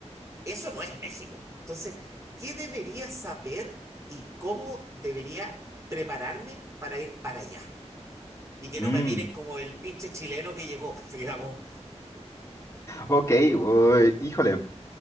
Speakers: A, on the right; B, on the left.
A: eso no es México. Entonces, ¿qué debería saber y cómo debería prepararme para ir para allá? y que
B: Mm.
A: no me miren como el pinche chileno que llegó, <laughs> digamos.
B: Ok, uy, híjole.